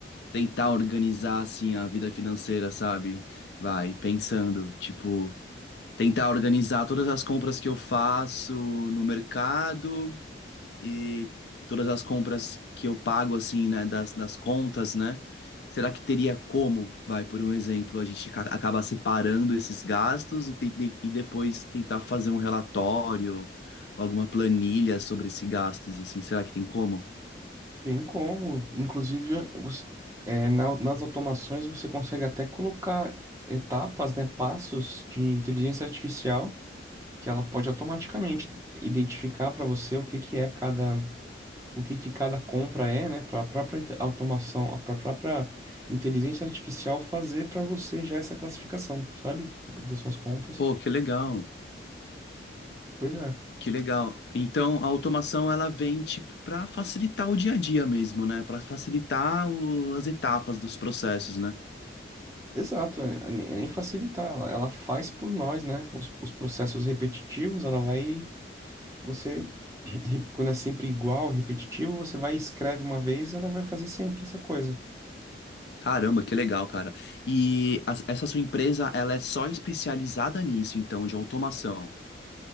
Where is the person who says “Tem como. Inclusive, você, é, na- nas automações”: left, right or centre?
Right